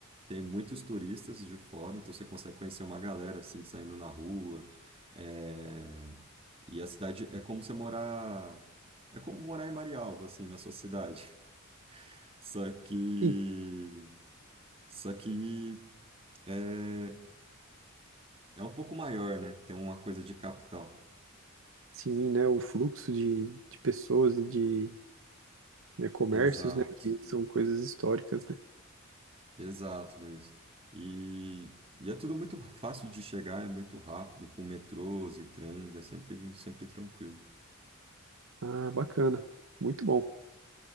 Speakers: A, on the right; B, on the right.
A: Tem muitos turistas de fora, então você consegue conhecer uma galera assim saindo na rua. é, E a cidade é como você morar, é como morar em Marialva assim na sua cidade. <laughs> Só que,
B: Sim,
A: só que é, é um pouco maior, né? Tem uma coisa de capital.
B: sim, né, o fluxo de, de pessoas e de né, comércios,
A: Exato.
B: né, que são coisas históricas, né?
A: Exato, Luiz. E, e é tudo muito fácil de chegar, é muito rápido, com metrôs e trens, é sempre, sempre tranquilo.
B: Ah, bacana, muito bom.